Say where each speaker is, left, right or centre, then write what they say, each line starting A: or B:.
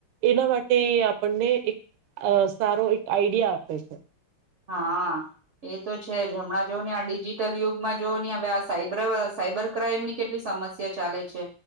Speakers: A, on the right; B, on the right.
A: એના માટે આપણને એક સારો એક આઈડિયા આપે છે.
B: હા, એ તો છે હમણાં જોવ હી આ ડિજિટલ યુગમાં જોઓ નહી હવે આ સાયબર સાઈબર ક્રાઈમ ની કેટલી સમસ્યા ચાલે છે,